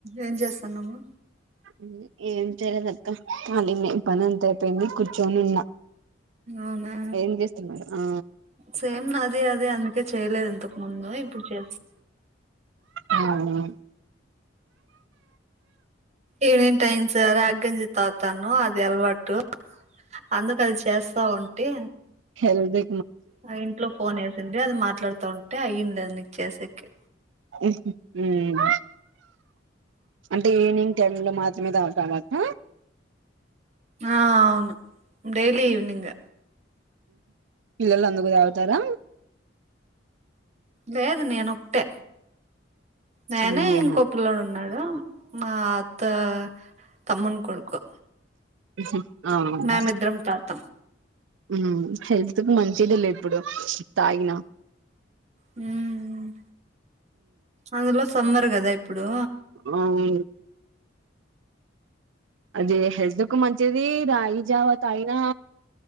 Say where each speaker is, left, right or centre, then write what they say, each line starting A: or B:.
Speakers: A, on the right; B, on the right.
A: ఏం చేస్తాన్నాము
B: మ్మ్ ఏం చేయలేదు అక్క మాదిన్నె పని అంత అయిపోయింది కూర్చొని ఉన్నా
A: అవునా
B: ఏం చేస్తున్నారు ఆ
A: సేమ్ నాది అద్ దే తె చేయలేదు ఇంతకు ముందు ఇప్పుడు చేస్
B: అవును
A: ఈవ్నింగ్ టైమ్ స రాగంజి తాగుతను అది అల్వాటు అందుకు అది చేస్తా ఉంటి
B: హెల్ది
A: ఆ ఇంట్లో ఫోన్ వేసింటే అది మ ట్లాడుతూ ఉంటే అయ్యింది అది నీకు చేసేకి
B: మ్మ్ అంటే ఈవినింగ్ టైమ్ లో మాత్రమే తాగుతావా అక్క
A: ఆ అవును డెయిలీ ఈవినింగ్
B: పిల్లలు అందుకు తాగుతారా
A: లేేదు నేను ఒకటే
B: ఒక్కదానివేనా
A: నేనే ఇంకో పిల్లోడు ఉన్నాడు మా అత్త తమ్మున్ కొడుకు
B: మ్ హు ఆవును
A: మేమిద్దరం తాగుతాం
B: మ్మ్ హెల్త్ కు మంచిది లి ఇప్పుడు తాగిన
A: మ్మ్ అందులో సమ్మర్ కదా ఇప్పుడు
B: ఆ ఆ అది హెల్త్ కు మంచిది రాయి జావా తాగినా